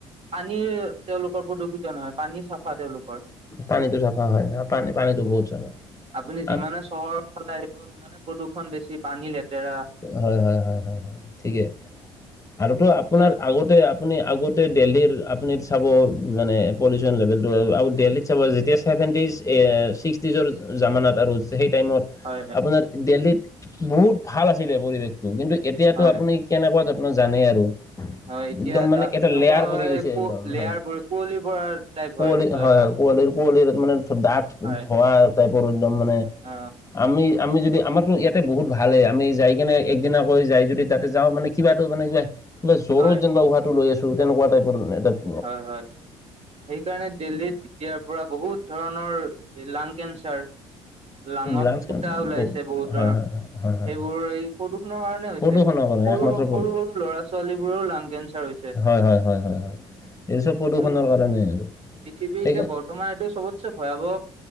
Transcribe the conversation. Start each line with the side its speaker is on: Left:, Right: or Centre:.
Right: পানী তেওঁলোকৰ প্ৰদূষিত নহয় পানী চাফা তেওঁলোক।
Left: পানীটো চাফা হয় পানী পানীটো বহুত চাফা
Right: আপুনি যিমান
Left: আৰু
Right: এ। চহৰৰ ফালে আহিব সিমানে প্ৰদূষণ বেছি। পানী লেতেৰা
Left: হয় হয় হয় ঠিকে আৰুতো আপোনাৰ
Right: হয়,
Left: আগতে। আপুনি আগতে দেলহীৰ আপুনি চাব মানে পলিউচন লেভেলটো আৰু দেল্হিতত। চ যেতিয়া চেভেণ্টিজ ছিক্সটিজৰ জামানাত আৰু সেই টাইমত।
Right: হয় হয়।
Left: আপোনাৰ দিল্হীত বহুত ভাল আছিলে পৰিৱেশটো কিন্তু এতিয়াতো
Right: হয়
Left: আপুনি। কেনেকুৱা ধত্ন জানেই আৰু।
Right: হয় এতিয়া
Left: একদম মানে
Right: তটা
Left: এটা
Right: এনেকুৱা
Left: লেয়াৰ
Right: হয়
Left: পৰি গৈছে
Right: ক
Left: একদম
Right: লেয়াৰবোৰ
Left: হয়।
Right: কুঁৱলী পৰা। টাইপ
Left: কুঁৱলী
Right: সেইটো
Left: হয়
Right: এটা।
Left: কুঁৱলীৰ কুঁৱলীৰ মানে দাঁঠ
Right: হয়।
Left: ধোৱা টাইপৰ একদম মানে।
Right: অ
Left: আমি আমি যদি আমাৰতো ই। তাতে বহুত ভালেই আমি যাই কিনে একদিনাকৈ যাই যদি তাতে যাওঁ মানে কিবাটো মানে কিবা। কিবা জ্বৰত
Right: হয়
Left: যেনিবা উহাহটো লৈ আছো তেনেকুৱা টাইপৰ এ।
Right: হয় হয় সেইকাৰণে দিল্লীত এতিয়াৰ পৰা বহুত। ধৰণৰ লাং কেঞ্চাৰ। লাঙত
Left: লাঞ্চ কেঞ্চাৰ
Right: ফুটা ওলাইছে
Left: বহুত
Right: বহুতৰ
Left: হয় হয় হয় হয়
Right: সেইবোৰ এই প্ৰদূষণৰ কাৰণে।
Left: প্ৰদূষণৰ
Right: সৰু
Left: কাৰণে একমাত্ৰ
Right: সৰু
Left: প্ৰদূ
Right: সৰু ল'ৰা ছোৱালী বোৰৰও লাং কেঞ্চাৰ হৈছে।
Left: হয় হয় হয় হয় হয় এইটো চব প্ৰদূষণৰ
Right: আৰু
Left: কাৰণেই আৰু
Right: পৃথিৱীৰ
Left: তে।
Right: এতিয়া বৰ্তমান এইটো চবতচে ভয়াৱহ